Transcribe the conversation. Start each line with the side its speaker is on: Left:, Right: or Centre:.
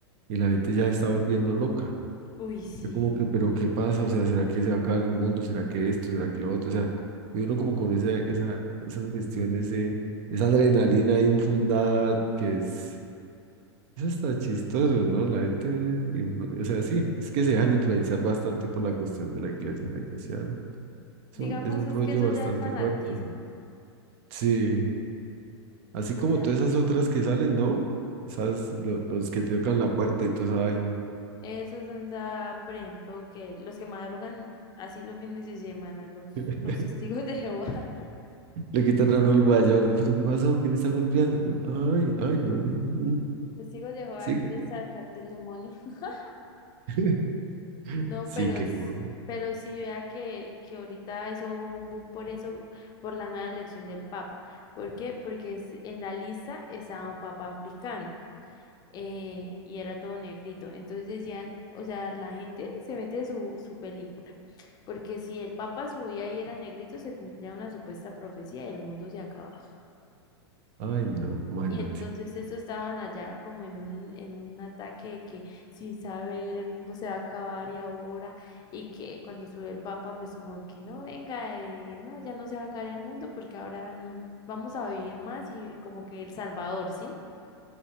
Right: y la gente ya se está volviendo loca.
Left: Uy, sí.
Right: Yo como que, pero ¿qué pasa? O sea, ¿será que se va a acabar el mundo? ¿Será que esto? ¿Será que lo otro? O sea, y uno como con esa, esa, esa sugestión, ese, esa adrenalina ahí infundada, que es, eso está chistoso, ¿no? La gente, a veces influ- o sea, sí, es que se dejan influenciar bastante por la cuestión de la iglesia. La iglesia es
Left: Digamos,
Right: un, es un
Left: es
Right: rollo
Left: que eso
Right: bastante
Left: ya es fanatismo.
Right: fuerte. Sí, así
Left: O
Right: como
Left: sea,
Right: todas esas otras que salen, ¿no? Esas, lo- los que te tocan la puerta y toda esa vaina.
Left: esos son, da por ejemplo, que los que madrugan así los fines de semana, los,
Right: <laughs>
Left: los testigos de Jehová. <laughs>
Right: Le quitan a uno el guaya, uno, ¿pero qué pasó? ¿Quién está golpeando? Ay, ay, no me. mm,
Left: Testigos de Jehová
Right: Sí,
Left: quiere sacarte el demonio. <laughs>
Right: <laughs>
Left: No,
Right: sí,
Left: pero,
Right: qué
Left: s-
Right: cosa.
Left: pero sí vea que, que ahorita eso hubo un boom por eso, por la nueva elección del Papa. ¿Por qué? Porque es- en la lista estaba un Papa africano. eh, y era todo negrito. Entonces decían, o sea, la gente se mete su, su película, porque si el Papa subía y era negrito, se cumplía una supuesta profecía y el mundo se acababa.
Right: Ay, no, imagínate.
Left: Y entonces estos estaban allá como en un, en un ataque de que sin saber el mundo se va a acabar y ahora, y que cuando subió el Papa, pues como que no, venga, eh, no, ya no se va a acabar el mundo porque ahora no, vamos a vivir más y como que el Salvador, ¿sí?